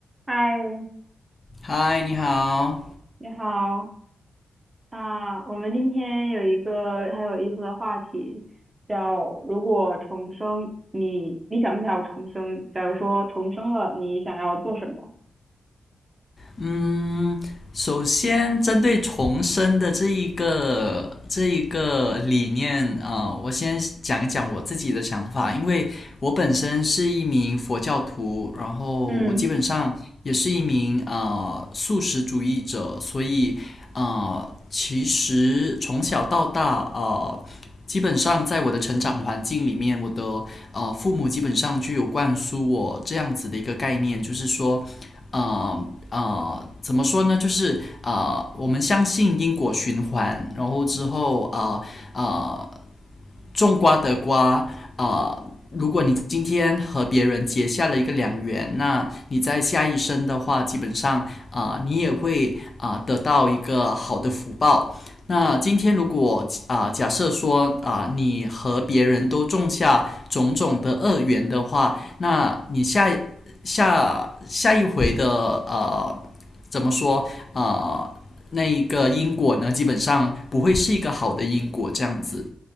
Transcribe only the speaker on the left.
嗨，你好。
嗯，首先针对重生的这一个这一个理念啊、呃我先讲一讲我自己的想法，因为我本身是一名佛教徒，然后我基本上也是一名啊素食主义者，
所以啊，其实从小到大啊，基本上在我的成长环境里面，我的啊父母基本上就有灌输我这样子的一个概念，就是说，呃呃，怎么说呢？就是呃，我们相信因果循环，然后之后啊啊。呃种瓜得瓜，啊，如果你今天和别人结下了一个良缘，那你在下一生的话，基本上啊、呃你也会啊、呃得到一个好的福报。那今天如果啊、呃假设说啊、呃你和别人都种下种种的恶缘的话，那你下下下一回的呃怎么说啊？那一个因果呢，基本上不会是一个好的因果这样子。